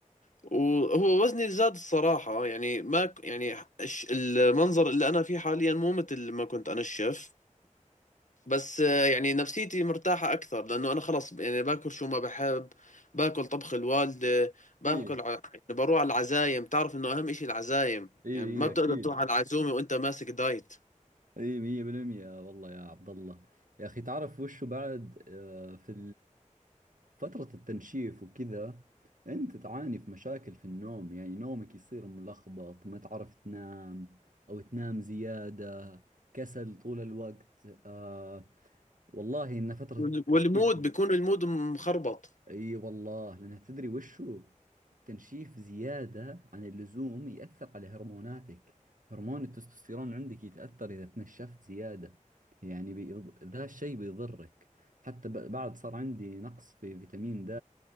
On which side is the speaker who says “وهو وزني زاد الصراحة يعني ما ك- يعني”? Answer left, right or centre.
Left